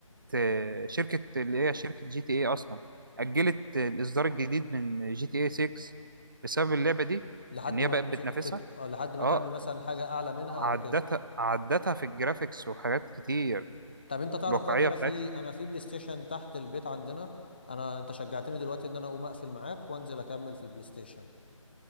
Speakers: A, on the right; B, on the left.
A: ت- شركه اللي هي شركه جي تي ايه اصلا اجلت الاصدار الجديد من جي تي ايه 6 بسبب اللعبه دي
B: لحد
A: ان هي
B: ما
A: بقت
B: تش...
A: بتنافسها
B: تت... آه، لحد ما
A: اه
B: تعمل مثلا حاجه اعلى منها
A: عدتها
B: او كده
A: عدتها في الجرافيكس وحاجات كتير
B: طب انت تعرف
A: والواقعيه
B: بقى ان انا
A: بتاعتها
B: في انا في بلاي ستيشن تحت البيت عندنا انا انت شجعتني دلوقتي ان انا اقوم اقفل معاك وانزل اكمل في البلاي ستيشن